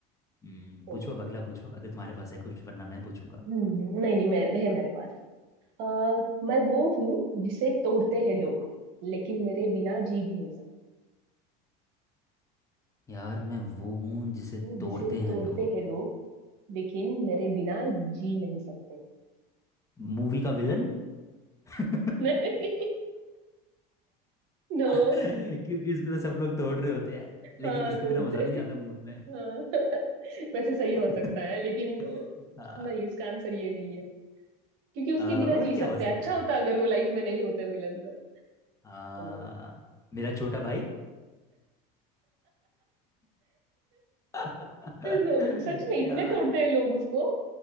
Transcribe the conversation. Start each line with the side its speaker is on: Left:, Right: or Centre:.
Left: हम्म पूछो
Right: Okay
Left: अब अगला पूछो अगर तुम्हारे पास है कुछ वरना मैं पूछूंगा
Right: हम्म हम्म, नहीं नहीं मैं है मेरे पास आ, मैं वो हूँ जिसे तोड़ते हैं लोग लेकिन मेरे बिना जी भी नहीं सकते
Left: यार मैं वो हूँ जिसे
Right: हूँ
Left: तोड़ते
Right: जिसे
Left: हैं
Right: तोड़ते
Left: लोग
Right: हैं लोग लेकिन मेरे बिना जी नहीं सकते <laughs>
Left: मूवी का विलन <laughs>
Right: नहीं नो
Left: क्योंकि उसको तो सब लोग तोड़ रहे होते हैं लेकिन
Right: हाँ
Left: उसके
Right: तोड़ते
Left: बिना मजा भी नहीं आता मूवी में
Right: हाँ, <laughs> वैसे सही हो
Left: <laughs>
Right: सकता है लेकिन अ,
Left: आ,
Right: नहीं इसका आंसर ये नहीं है क्योंकि उसके
Left: आ,
Right: बिना
Left: और
Right: जी सकते
Left: क्या हो सकता
Right: हैं अच्छा
Left: है
Right: होता अगर वो लाइफ में नहीं होते मिलन तो
Left: आ,
Right: नो
Left: मेरा छोटा भाई <laughs>
Right: नो <laughs> सच में इतने
Left: यार
Right: तोड़ते हैं लोग उसको